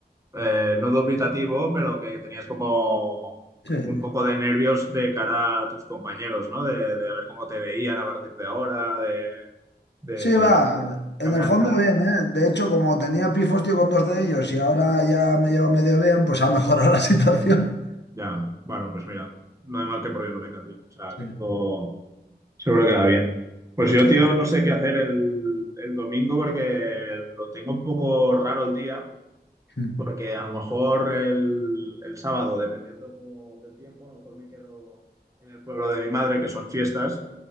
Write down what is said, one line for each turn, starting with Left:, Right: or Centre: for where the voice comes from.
Right: eh, no dubitativo, pero que tenías como
Left: Sí.
Right: un poco de nervios de cara a tus compañeros, ¿no? De, de ver cómo te veían a partir de ahora, de, de
Left: Sí, va, en
Right: cambiarían.
Left: el fondo bien, ¿eh? De hecho, como tenía pifos, tío, con dos de ellos y ahora ya me lleva medio bien, pues ha mejorado la <laughs> situación.
Right: Ya, bueno, pues mira, no hay mal que por bien no venga, tío. O sea,
Left: Sí,
Right: que esto Seguro que va bien. Pues yo,
Left: sí.
Right: tío, no sé qué hacer el, el domingo porque lo tengo un poco raro el día,
Left: Mm,
Right: porque a lo mejor el, el sábado, dependiendo como del tiempo, a lo mejor me quedo en el pueblo de mi madre, que son fiestas,